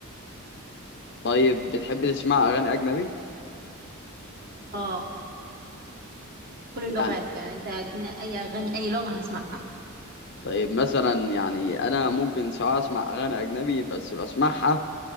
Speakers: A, on the left; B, on the right.
A: طيب بتحب تسمع اغاني اجنبي
B: اه كل اللغات
A: يعني
B: يعني انت ادينا اي اغاني اي لغه هسمعها
A: طيب مثلا يعني انا ممكن سواء اسمع اغاني اجنبي بس بسمعها